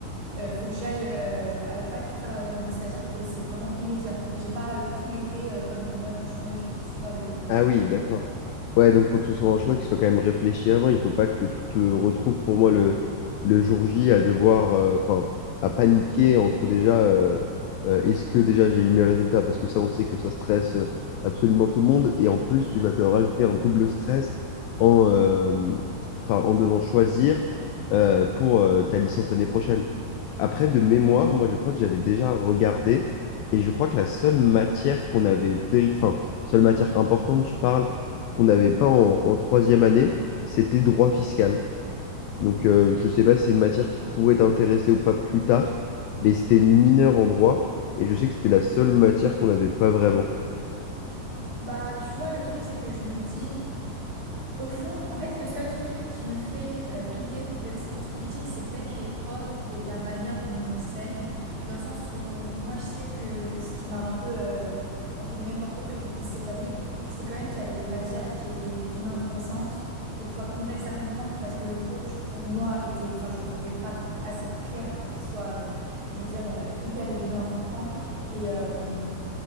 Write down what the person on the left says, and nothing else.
Ah oui, d'accord.
Ouais, donc faut que ce soit un choix qui soit quand même réfléchi avant. Il faut pas que tu te retrouves pour moi le, le jour J à devoir, euh, enfin, à paniquer entre déjà, euh, euh, est-ce que déjà j'ai eu mes résultats? Parce que ça, on sait que ça stresse euh, absolument tout le monde. Et en plus, tu vas te rajouter un double stress en, euh, enfin, en devant choisir euh, pour euh, ta licence l'année prochaine. Après, de mémoire, moi, je crois que j'avais déjà regardé et je crois que la seule matière qu'on avait vérifiée, seule matière importante, tu parles, qu'on n'avait pas en, en troisième année, c'était droit fiscal. Donc, euh, je ne sais pas si c'est une matière qui pourrait t'intéresser ou pas plus tard, mais c'était une mineure en droit, et je sais que c'était la seule matière qu'on n'avait pas vraiment.